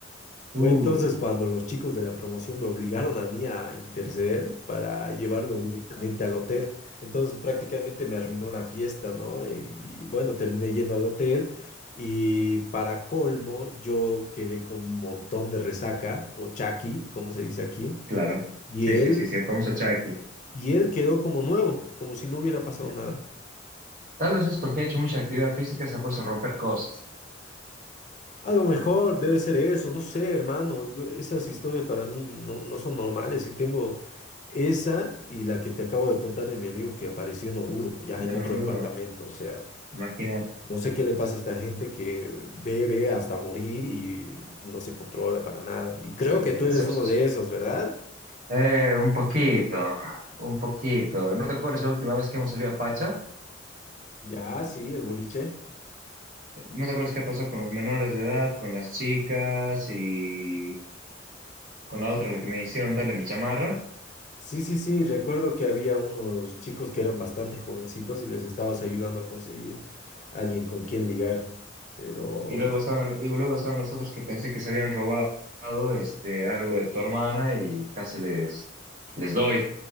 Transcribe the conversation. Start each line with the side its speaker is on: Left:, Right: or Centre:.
Left: Fue
Right: Uy,
Left: entonces cuando los chicos de la promoción me obligaron a mí a interceder para llevarlo directamente al hotel. Entonces prácticamente me arruinó la fiesta, ¿no? Y bueno, terminé yendo al hotel y para colmo yo quedé con un montón de resaca o chaki, como se dice aquí,
Right: claro.
Left: y
Right: Sí,
Left: él
Right: sí, sí, sí, vamos a echar aquí.
Left: y él quedó como nuevo, como si no hubiera pasado
Right: Ya.
Left: nada.
Right: Tal vez es porque ha hecho mucha actividad física, se ha puesto a romper cosas.
Left: A lo mejor debe ser eso, no sé, hermano. Yo, esas historias para mí no, no son normales y tengo esa y la que te acabo de contar de mi amigo que apareció en Oruro, ya en otro
Right: En Oruro,
Left: departamento. O sea,
Right: imagínate.
Left: no sé qué le pasa a esta gente que bebe hasta morir y no se controla para nada. Y creo que
Right: Es-
Left: tú eres
Right: es-
Left: uno
Right: es-
Left: de esos, ¿verdad?
Right: Eh, un poquito, un poquito. ¿No te acuerdas la última vez que hemos salido a Pacha?
Left: Ya, sí, el boliche.
Right: ¿No te acuerdas qué pasó con los menores de edad, con las chicas y con la otra, la que me hicieron darle mi chamarra?
Left: Sí, sí, sí, recuerdo que había unos chicos que eran bastante jovencitos y les estabas ayudando a conseguir alguien con quien ligar, pero...
Right: Y luego estaban, y luego estaban los otros que pensé que se habían robado este, algo de tu hermana y casi les, les doy.